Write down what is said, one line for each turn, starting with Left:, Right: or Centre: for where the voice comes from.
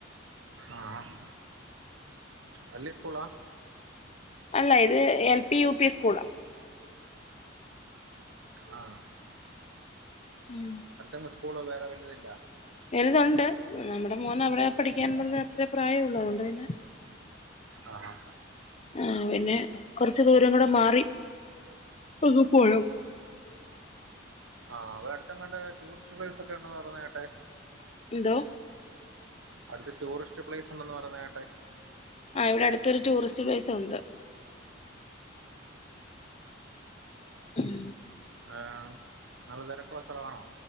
Right: ആഹ് ആഹ് വല്യ സ്കൂള
Left: അല്ല ഇത് എൽ പി യു പി സ്കൂളാ
Right: ആഹ്
Left: ഉം
Right: അടുത്തെങ്ങും സ്കൂള് വേറെ വലുതില്ല
Left: വെലുതുണ്ട് നമ്മുടെ മോനെ അവിടെ പഠിക്കൻന്ന് എത്ര പ്രായെള്ളൂ അതുകൊണ്ട് പിന്നെ
Right: ആഹ് ആഹ്
Left: ആഹ് പിന്നെ കൊറച്ച് ദൂരം കൂടെമാറി അങ്ങ് പോണം
Right: ആഹ് അവിടെ അടുത്തെങ്ങാണ്ട് ടൂറിസ്റ്റ് പ്ലേസ് ഒക്കെ ഉണ്ടന്ന് പറഞ്ഞ കേട്ട്
Left: എന്തോ
Right: അടുത്ത് ടൂറിസ്റ്റ് പ്ലേസ് ഉണ്ടന്ന് പറയുന്ന കേട്ട്
Left: ആഹ് ഇവിടെ അടുത്തൊരു ടൂറിസ്റ്റ് പ്ലേസ് ഒണ്ട് ഉം
Right: ആഹ് നല്ല തിരക്കുള്ള സ്ഥല ആണോ